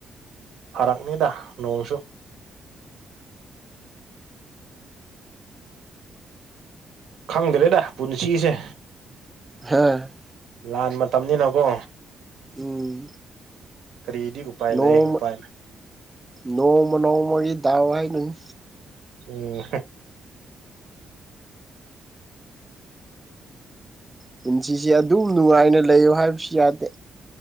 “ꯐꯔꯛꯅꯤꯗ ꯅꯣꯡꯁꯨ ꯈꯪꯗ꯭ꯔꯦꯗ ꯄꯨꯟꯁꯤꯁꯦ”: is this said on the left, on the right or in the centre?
Right